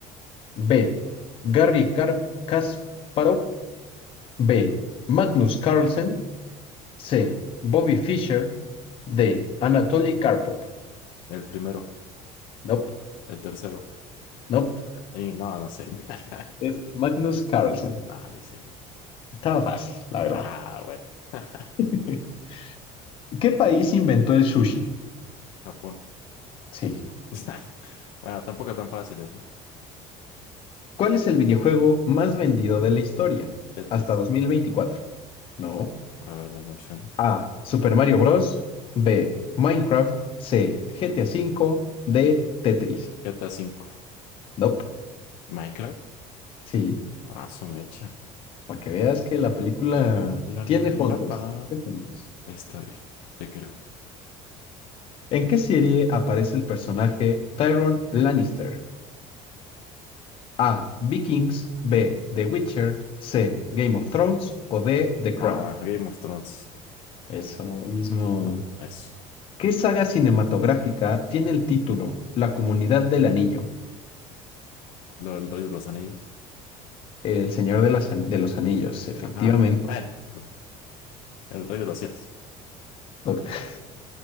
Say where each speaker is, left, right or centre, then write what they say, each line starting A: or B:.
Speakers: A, on the left; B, on the left.
A: B, Garry Kar- Kasparov, B, Magnus Carlsen, C, Bobby Fischer, D, Anatoly Karpov.
B: El primero,
A: Nope,
B: el tercero.
A: nope,
B: Y no, no sé. <laughs>
A: es Magnus Carlsen.
B: No, ni sé.
A: Estaba fácil, la verdad.
B: Ah, bueno. <laughs>
A: <laughs> ¿Qué país inventó el sushi?
B: Japón.
A: Sí.
B: <laughs> Bueno, tampoco tan fáciles, ¿eh?
A: ¿Cuál es el videojuego más vendido de la historia
B: Tetris.
A: hasta 2024? No.
B: A ver, dame opciones.
A: A. Super Mario Bros. B. Minecraft. C. GTA V. D. Tetris.
B: GTA cinco,
A: Nope.
B: Minecraft.
A: Sí.
B: Ah, su mecha.
A: Para que veas que la película
B: La
A: tiene
B: la
A: fondos.
B: la la pa.
A: Tiene fondos.
B: Está bien, te creo.
A: ¿En qué serie aparece el personaje Tyrion Lannister? A. Vikings. B. The Witcher. C. Game of Thrones. O D. The Crown.
B: Ah, Game of Thrones.
A: Eso mismo.
B: Eso.
A: ¿Qué saga cinematográfica tiene el título La Comunidad del Anillo?
B: Lo del Rey de los Anillos.
A: El Señor de, las An- de los Anillos, efectivamente.
B: Ajá, bueno, el Rey de los Cielos.
A: <laughs>